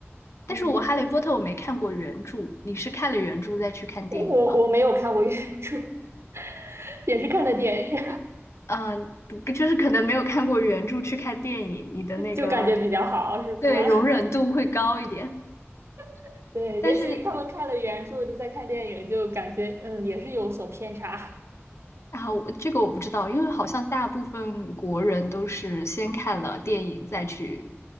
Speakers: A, on the left; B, on the right.
A: 但是我《哈利波特》我没看过原著，
B: 嗯，
A: 你是看了原著再去看电影吗？
B: 我我我没有看过原著，<laughs> 也是看的电影，
A: 嗯，就是可能没有看过原著去看电影，你的那个
B: <laughs> 就感觉比较好，是吧？
A: 对容忍度会高一点。
B: <laughs> 对，
A: 但是
B: 也许他们看了原著，再看电影，就感觉嗯，也是有所偏差。
A: 啊，我这个我不知道，因为好像大部分国人都是先看了电影再去
B: 嗯，